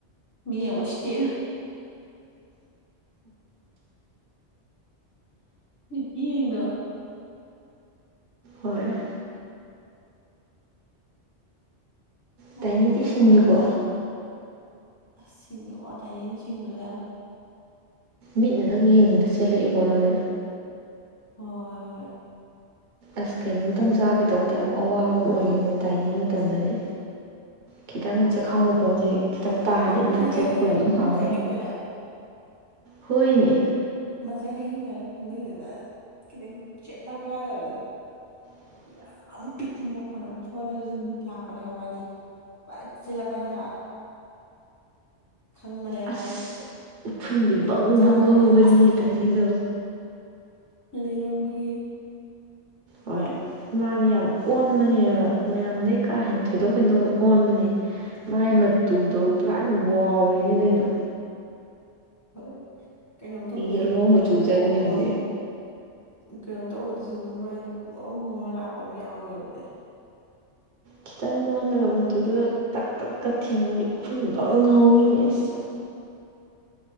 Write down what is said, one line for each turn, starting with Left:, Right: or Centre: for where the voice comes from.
Left: ꯃꯤ ꯄꯨꯁꯇꯩꯗ ꯏ ꯏꯗ
Right: ꯍꯣꯏ
Left: ꯃꯄꯨꯒ
Right: ꯇꯥꯏꯅꯤꯗꯤ ꯁꯤꯡꯉꯤꯀꯣ
Left: ꯃꯥꯕꯗꯥ ꯌꯥꯝ ꯁꯤꯡ ꯑꯣ ꯇꯅꯤ ꯁꯤꯡꯁꯤꯡꯕꯖꯔ
Right: ꯃꯤꯅꯗꯥꯪ ꯌꯦꯡꯕꯗ ꯆꯦꯜꯂꯛꯏꯀꯣ ꯃꯥꯗꯤ
Left: ꯍꯣꯏ ꯍꯣꯏ
Right: ꯑꯁ ꯀꯩꯅꯣꯝꯇꯪ ꯆꯥꯒꯦ ꯇꯧꯕꯗꯤ ꯌꯥꯝ ꯑꯋꯥꯕ ꯑꯃ ꯑꯣꯏꯈꯤꯕꯅꯦ ꯇꯥꯏꯅꯤꯡꯉꯤ ꯃꯇꯝꯗꯗꯤ ꯈꯤꯇꯪ
Left: ꯃꯥꯅ
Right: ꯆꯦꯈꯥꯎ ꯃꯈꯣꯟꯁꯤꯦ ꯈꯤꯇꯪ ꯇꯥꯔꯗꯤ
Left: ꯍꯣꯏ ꯃꯁꯦ
Right: ꯃꯥ ꯆꯦꯔꯛ
Left: ꯍꯌꯤꯡ
Right: ꯄꯥꯗ
Left: ꯍꯥꯏꯔ
Right: ꯑꯗꯨꯝ
Left: ꯈꯪꯅꯗꯥꯏꯅꯦ
Right: ꯍꯥꯜꯂꯥꯅꯤ
Left: ꯑꯩꯈꯣꯏꯅ
Right: ꯍꯣꯏꯅꯦ
Left: ꯃꯁꯛ ꯍꯌꯤꯡ ꯍꯥꯏꯔ ꯈꯪꯅꯩꯗꯅ ꯈꯤꯇꯪ ꯆꯦꯠꯂꯍꯧ ꯌꯥꯗꯕꯗꯣ
Right: <unintelligible>
Left: ꯌꯥꯝ ꯄꯤꯛꯄ ꯃꯈꯣꯟꯅ ꯑꯃ ꯊꯣꯛꯣꯍꯜꯂꯁꯨ ꯑꯗꯨꯝ ꯂꯥꯛꯄꯅꯦꯕ ꯋꯥꯗꯤ ꯐꯔꯦ ꯆꯤꯜꯂꯛꯀꯅꯦ ꯍꯥꯏꯕ ꯈꯪꯕꯅꯦꯕ
Right: ꯑꯁ
Left: ꯃꯥꯗꯤ
Right: ꯎꯐꯨꯟꯗꯤ
Left: ꯀꯩꯅꯣꯝ
Right: ꯕꯪ
Left: ꯆꯥꯗꯣꯔꯤꯁꯦ
Right: ꯕꯪ ꯍꯧꯕꯅꯤꯍꯦ ꯇꯥꯏꯅꯤꯗꯣ
Left: ꯂꯩꯌꯣꯟꯕꯒꯤ
Right: ꯍꯣꯏ ꯃꯥꯗꯤ ꯌꯥꯝ ꯑꯣꯟꯕꯅꯦꯕ ꯃꯌꯥꯝꯗꯒꯤꯩ ꯀꯥ ꯍꯦꯟꯅ ꯊꯣꯏꯗꯣꯛ ꯍꯦꯟꯗꯣꯛꯅ ꯑꯣꯟꯕꯅꯦ ꯃꯥꯏ ꯃꯇꯨꯗꯣ ꯄꯨꯔꯥ ꯋꯥꯎꯔꯤꯅꯤ ꯀꯩꯅꯣ
Left: ꯍꯣꯏ ꯀꯩꯅꯣꯝ ꯇꯧꯕꯗꯁꯨ
Right: ꯌꯦꯜꯂꯣ
Left: ꯃꯃꯥꯏꯗ
Right: ꯃꯆꯨ
Left: ꯄꯣꯛꯑꯣ
Right: ꯆꯪꯈꯤꯕꯅꯦ
Left: ꯀꯩꯅꯣ ꯇꯧꯕꯗꯨꯁꯨ ꯃꯣꯃꯩꯗꯣ ꯄꯨꯡꯉꯧ ꯉꯧꯔ ꯂꯥꯛꯄ ꯑꯃ ꯌꯥꯎꯦꯕꯅꯦ
Right: ꯈꯤꯇꯪ ꯃꯨꯍꯜꯂꯒ ꯃꯨꯗꯨꯒ ꯇꯛ ꯇꯛꯀ ꯊꯦꯡꯉꯗꯤ ꯎꯐꯨꯟꯕ ꯉꯍꯥꯎꯋꯤꯅꯦꯁ